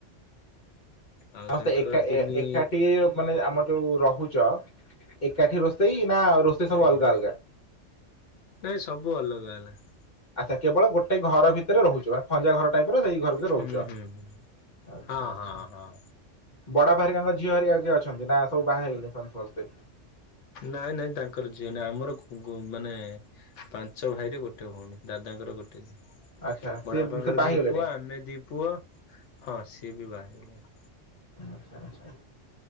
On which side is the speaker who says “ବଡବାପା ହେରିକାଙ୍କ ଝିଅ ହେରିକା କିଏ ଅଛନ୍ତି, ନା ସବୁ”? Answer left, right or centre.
Left